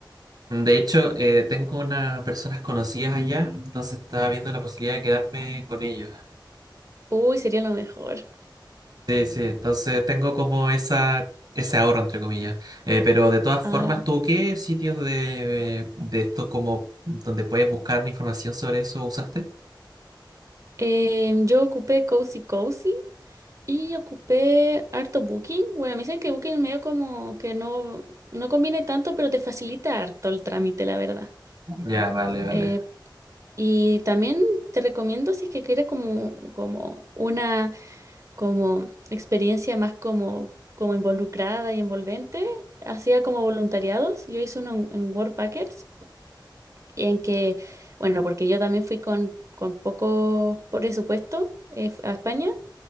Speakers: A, on the right (about 55°); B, on the right (about 40°).
A: De hecho, eh, tengo unas personas conocidas allá, entonces estaba viendo la posibilidad de quedarme con ellos.
B: Uy, sería lo mejor.
A: Sí, sí, entonces tengo como esa, ese ahorro, entre comillas. Eh, pero de todas
B: Ah,
A: formas, ¿tú qué sitios de, de esto como donde puedes buscar información sobre eso usaste?
B: eh, yo ocupé Cozy Cozy y ocupé harto Booking. Bueno, me dicen que Booking medio como que no, no conviene tanto, pero te facilita harto el trámite, la verdad.
A: Ya, vale, vale.
B: Eh, y también te recomiendo si es que quieres como, como una como experiencia más como, como involucrada y envolvente, hacía como voluntariados. Yo hice uno en, en Worldpackers, en que, bueno, porque yo también fui con, con poco presupuesto eh, a España.